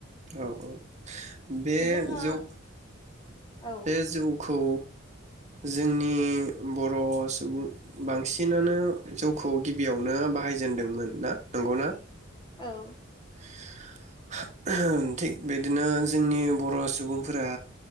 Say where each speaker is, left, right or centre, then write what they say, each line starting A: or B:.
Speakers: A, on the right; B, on the left.
A: औ औ बे
B: जोंहा
A: जौ
B: औ
A: बे जौ खौ जोंनि बर सुबुं बांसिनानो जौखौ गिबियावनो बाहायजेनदोंमोन ना नंगौना?
B: औ।
A: <inaudible> ओहोम थिग बिदिनो जोंनि बर सुबुंफोरा